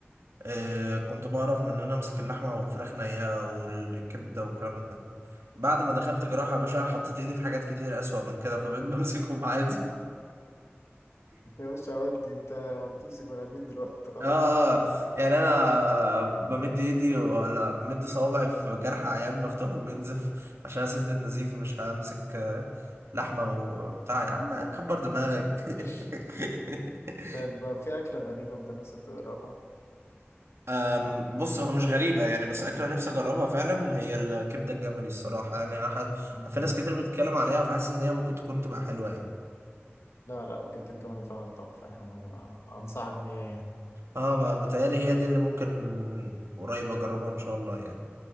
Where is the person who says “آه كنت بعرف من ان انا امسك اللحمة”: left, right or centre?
Right